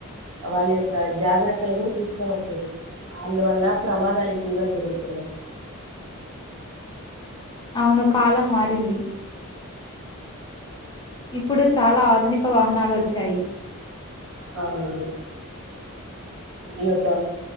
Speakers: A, on the right; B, on the left.
A: వాళ్ళ యొక్క జాగ్రత్తలు కూడా తీసుకోవట్లేదు. అందువల్ల ప్రమాదాలు ఎక్కువగా జరుగుతున్నాయి.
B: అవును కాలం మారింది. ఇప్పుడు చాలా ఆధునిక వాహ నాలు వచ్చాయి.
A: అవునండి. ఈ యొక్క